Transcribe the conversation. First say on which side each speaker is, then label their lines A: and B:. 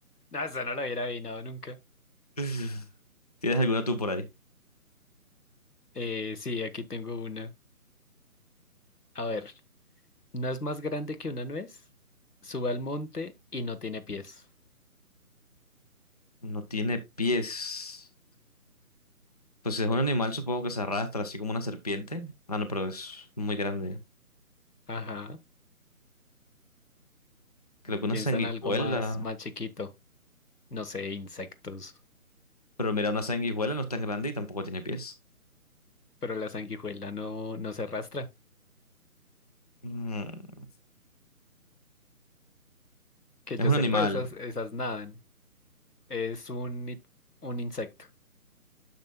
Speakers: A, on the left; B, on the left.
A: No, eso no lo hubiera adivinado nunca.
B: <laughs> ¿Tienes alguna tú por ahí?
A: Eh, sí, aquí tengo una. A ver, ¿no es más grande que una nuez? Sube al monte y no tiene pies.
B: No tiene pies. Pues es un animal, supongo que se arrastra, así como una serpiente. Ah, no, pero es muy grande.
A: Ajá.
B: Creo que una
A: Piensa
B: sanguijuela.
A: en algo más, más chiquito. no sé, insectos.
B: Pero mira, una sanguijuela no es tan grande y tampoco tiene pies.
A: Pero la sanguijuela no, no se arrastra.
B: Mm,
A: Que
B: Es
A: yo
B: un
A: sepa,
B: animal.
A: esas, esas nadan. Es un, i- un insecto.